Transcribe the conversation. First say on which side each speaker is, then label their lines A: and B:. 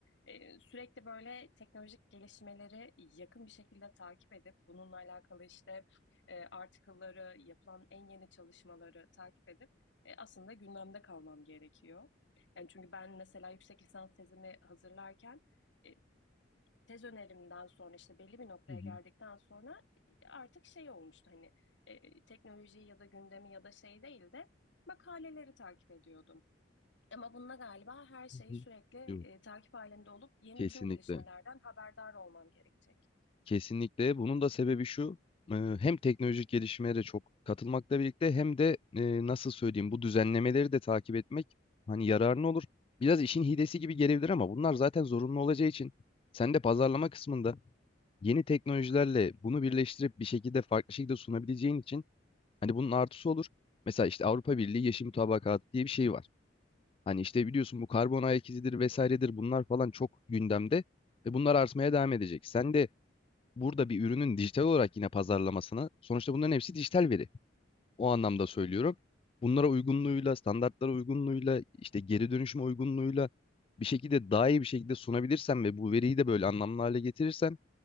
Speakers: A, on the left; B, on the left.
A: E, sürekli böyle teknolojik gelişmeleri yakın bir şekilde takip edip bununla alakalı işte e, article'ları, yapılan en yeni çalışmaları takip edip e, aslında gündemde kalmam gerekiyor. Yani çünkü ben mesela yüksek lisans tezimi hazırlarken e, tez önerimden sonra işte belli bir noktaya
B: Hı hı.
A: geldikten sonra artık şey olmuştu hani e, teknolojiyi ya da gündemi ya da şey değil de makaleleri takip ediyordum. Ama bununla galiba her şeyi
B: Hı hı.
A: sürekli e,
B: Yok,
A: takip halinde olup yeni
B: kesinlikle.
A: tüm gelişmelerden haberdar olmam gerekecek.
B: Kesinlikle. Bunun da sebebi şu. e, Hem teknolojik gelişmeye de çok katılmakla birlikte hem de e, nasıl söyleyeyim bu düzenlemeleri de takip etmek hani yararlı olur. Biraz işin hilesi gibi gelebilir ama bunlar zaten zorunlu olacağı için sen de pazarlama kısmında yeni teknolojilerle bunu birleştirip bir şekilde farklı şekilde sunabileceğin için hani bunun artısı olur. Mesela işte Avrupa Birliği Yeşil Mutabakat diye bir şey var. Hani işte biliyorsun bu karbon ayak izidir vesairedir bunlar falan çok gündemde ve bunlar artmaya devam edecek. Sen de burada bir ürünün dijital olarak yine pazarlamasına sonuçta bunların hepsi dijital veri. O anlamda söylüyorum.
A: Evet.
B: Bunlara uygunluğuyla, standartlara uygunluğuyla, işte geri dönüşüm uygunluğuyla bir şekilde daha iyi bir şekilde sunabilirsen ve bu veriyi de böyle anlamlı hale getirirsen